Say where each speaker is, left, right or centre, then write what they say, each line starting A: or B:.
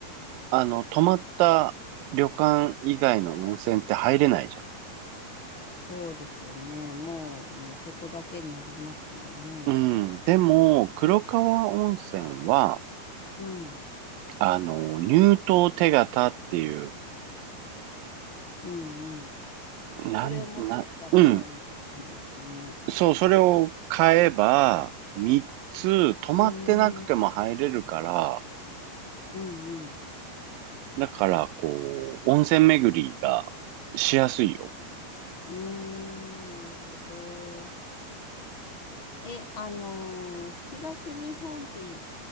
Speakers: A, on the right; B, on the left.
A: あの、泊まった旅館以外の温泉って入れないじ
B: そうですよね。もう、うん、そこだけになりますもんね。
A: ゃん。うん。でも、黒川温泉は、
B: うん、
A: あの、入湯手形っていう、
B: うん、うん。
A: なん、
B: それを持ってたらいいんですね。
A: な、うん。そう、それを買えば、3つ泊まってなくても入れるから、
B: うーん、うん、うん。
A: だから、こう、温泉巡りがしやすいよ。
B: うーん、なるほど。え、あのー、東日本っていう、